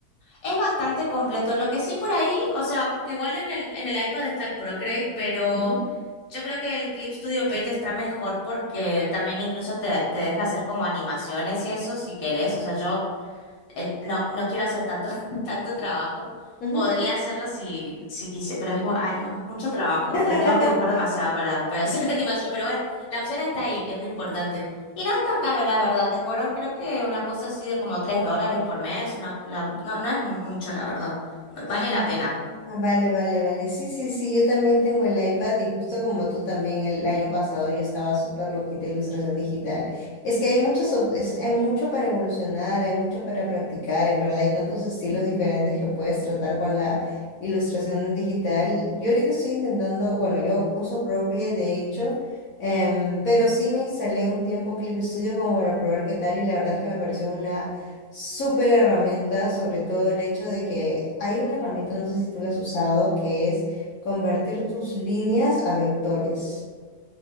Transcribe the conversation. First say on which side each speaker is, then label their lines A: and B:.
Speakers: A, on the left; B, on the left.
A: Es bastante completo. Lo que sí por ahí, o sea, porque igual en el, en el iPad está el Procreate, pero
B: Ujú,
A: yo creo que el Clip Studio Paint está mejor porque también incluso te, te deja hacer como animaciones y eso si querés. O sea, yo eh, no, no quiero hacer tanto, <laughs> tanto trabajo.
B: ujú.
A: Podría hacerlo si, si quise, pero es como, ay, no, es mucho trabajo.
B: <laughs>
A: Te tengo que buscar demasiado para, para <laughs> hacer la animación. Pero bueno, la opción está ahí, que es lo importante. Y no es tan caro, la verdad. Te cobran, creo que una cosa así de como 3 dólares por mes. Una, la- no, no es mucho, la verdad. Vale
B: Ah,
A: la pena.
B: ah, vale, vale, vale. Sí, sí, sí, yo también tengo el iPad y justo como tú también el año pasado yo estaba súper loquita de ilustración digital. Es que hay muchos, op- es- hay mucho para evolucionar, hay mucho para practicar, en verdad hay tantos estilos diferentes que puedes tratar con la ilustración digital. Yo ahorita estoy intentando, bueno, yo uso Procreate de hecho, em, pero sí me instalé un tiempo Clip Studio como para probar qué tal y la verdad es que me pareció una Súper herramienta, sobre todo el hecho de que hay una herramienta, no sé si tú la has usado, que es convertir tus líneas a vectores.